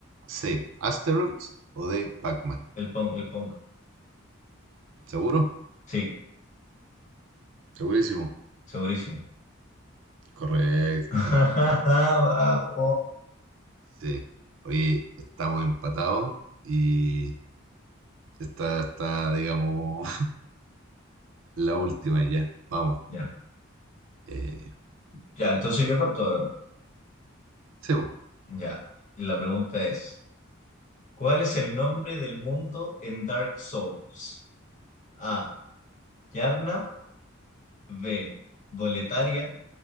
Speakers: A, on the right; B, on the left.
A: C. Asteroids. O D. Pac-Man.
B: El Pong, el Pong.
A: ¿Seguro?
B: Sí,
A: Segurísimo.
B: segurísimo.
A: Correcto.
B: <laughs> Vamos.
A: Sí. Oye, estamos empatados y esta está, digamos, <laughs> la última ya. Vamos.
B: Ya.
A: Eh,
B: Ya, entonces yo parto ahora.
A: sí, po,
B: Ya, y la pregunta es, ¿cuál es el nombre del mundo en Dark Souls? A. Yharnam, B. Boletaria,